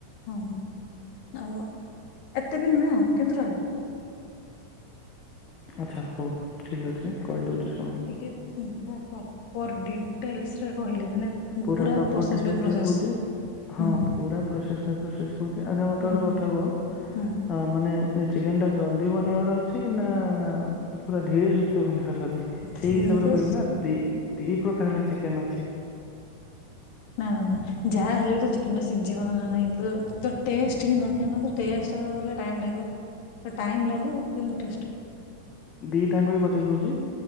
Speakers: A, on the left; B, on the left.
A: ହଁ ରହିବ ଏତେ ବି ନୁହେଁ ଆଉ କିନ୍ତୁ ରହି
B: ଆଚ୍ଛା ହଉ ଠିକ୍ ଅଛି କହିଦଉଚି
A: ତ
B: ଶୁଣ।
A: ଟିକେ ଉଁ ପୁରା ପ୍ରପର୍ ଡିଟେଲ୍ସରେ କହିଲେ। ମାନେ
B: ପୁରା ପ୍ରପର
A: ପ୍ରୋସେସ୍
B: ଡିଟେଲସ୍
A: ବାଇ ପ୍ରୋସେସ୍
B: ରେ କହୁଚି। ହଁ
A: ହୁଁ
B: ପୁରା ପ୍ରୋସେସ୍ ବାଇ ପ୍ରୋସେସ୍ କହୁଚି ଆଚ୍ଛା ମତେ
A: ହୁଁ
B: ଗୋଟେ
A: ହୁଁ
B: କଥା କୁହ
A: ହୁଁ
B: ଅଁ ମାନେ ଏ ଚିକେନ୍ ଟା ଜଲ୍ଦି ବନେଇବାର ଅଛି। ନାଁ ଆଁ ପୁରା ଧୀରେ ସୁସ୍ଥେ ବନେଇବାର ଅଛି ସେଇ
A: ଧୀରେ
B: ହିସାବରେ କହିବି ନାଁ। ଦି ଦି ପ୍ରକାରର ଚିକେନ୍ ଅଛି।
A: ନାଁ ନାଁ ନାଁ। ଯାହା ହେଲେ ବି ଚିକେନ୍ ଟା ସିଜିବନା ନାଁ ନାହିଁ ତୁ ତୁ ଟେଷ୍ଟ ହିଁ ଦରକାର ନାଁ। ତ ଟେଷ୍ଟ ହବ ବଲେ ଟାଇମ୍ ଲାଗିବ। ତ ଟାଇମ୍ ଲାଗୁ କିନ୍ତୁ ଟେଷ୍ଟ
B: ଦିଟାଙ୍କ ବି ବତେଇ ଦଉଚି।